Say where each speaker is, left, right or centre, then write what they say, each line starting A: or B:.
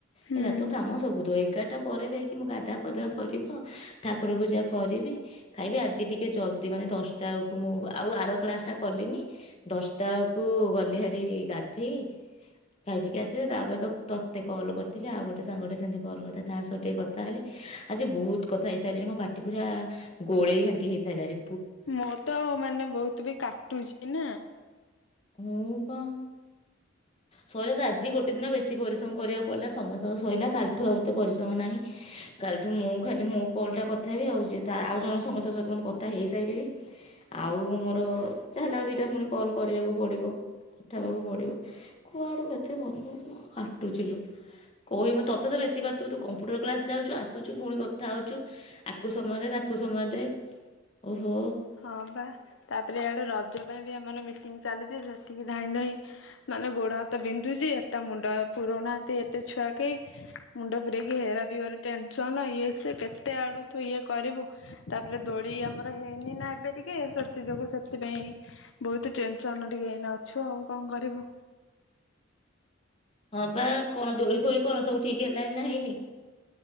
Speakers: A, on the left; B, on the left.
A: ହୁଁ
B: ହେଲା ତୋ କାମ ସବୁ ତ ଏଗାର ଟା ପରେ ଯାଇକି ମୁଁ ଗାଧା ପାଧା କରିବ ଠାକୁର ପୂଜା କରିବି ଖାଇବି ଆଜି ଟିକେ ଜଲଦି ମାନେ ଦଶଟା ବେଳକୁ ମୁଁ ଆଉ ଆର କ୍ଳାସ ଟା କଲିନି। ଦଶଟା ବେଳକୁ ଗଲି ହାରି ଗାଧେଇ ଖାଇ ପିିକି ଆସିଲେ ତାପରେ ତ ତତେ କଲ୍ କରିଥିଲେ ଆଉ ଗୋଟେ ସାଙ୍ଗେ ସେମତି କଲ୍ କରିଥା ତା ସହ ଟିକେ କଥା ହେଲି ଆଜି ବହୁତ କଥା ହେଇସାରିଲିଣି ମୋ ପାଟି ପୁରା ଗୋଳେଇ ଘାଣ୍ଟି ହେଇସାରିଲଣି।
A: ମୋର୍ ତ ଆଉ ମାନେ ବହୁତ ବି କାଟୁଛି ନା।
B: ହୁଁ। ହଁ ସରିଲା ତ ଆଜି ଗୋଟେ ଦିନ ବେଶୀ ପରିଶ୍ରମ କରିବାକୁ ପଡ଼ିଲା ସମସ୍ତଙ୍କ ସରିଲା କାଲିଠୁ ଆଉ ଏତେ ପରିଶ୍ରମ ନାହିଁ କାଲିଠୁ ମୁଁ ଖାଲି ମୋ କଲ ଟା କଥା ହେବି ଆଉ ଆଉ ଜଣ ସମସ୍ତଙ୍କ ସହିତ ମୁଁ କଥା ହେଇସାରିଲି ଆଉ ମୋର ଯାହେଲେ କେତେ ପୁଣି କଲ୍ କରିବାକୁ ପଡ଼ିବ କଥା ହେବାକୁ ପଡ଼ିବ କୁଆଡ଼ୁ କେତେ କ କାଟୁଛିଲୋ କହିବୁ ତୋତେ ତ ବେଶୀ ବା ତୁ କମ୍ପ୍ୟୁଟର କ୍ଲାସ୍ ଯାଉଛୁ ଆସୁଛୁ ପୁଣି କଥା ହଉଛୁ ଆକୁ ସମୟ ଦେ ତାକୁ ସମୟ ଦେ ଓହୋ।
A: ହଁ ବା ତାପରେ ଏଇଆଡେ ରଜ ପାଇଁ ବି ଆମର ମିଟିଙ୍ଗ ଚାଲିଛି ସେଠିକି ଧାଇଁ ଧାଇଁ ମାନେ ଗୋଡ ହାତ ବିନ୍ଧୁଛି ଏଟା ମୁଣ୍ଡ ପୁରରୁଉନାହାନ୍ତି ଏତେ ଛୁଆ କେହି ମୁଣ୍ଡ ପୁରୋଇକି ହେରା ବି ମୋର ଟେନସନ ଇଏ ସେ କେତେ ଆଡୁ ତୁ ଇଏ କରିବୁ ତାପରେ ଦୋଳି ଆମର ହେଇନି ନା। ଏ ଟିକେ ସେଥି ଯୋଗୁ ସେଥିପାଇ ବହୁତ ଟେନସନ ଟିକେ ଅଛୁ ଆଉ କଣ କରିବୁ।
B: ହଁ ବା କଣ ଦୋଳି ଫୋଳି କଣ ସବୁ ଠିକ ହେଲାଣି ନା ହେଇନି।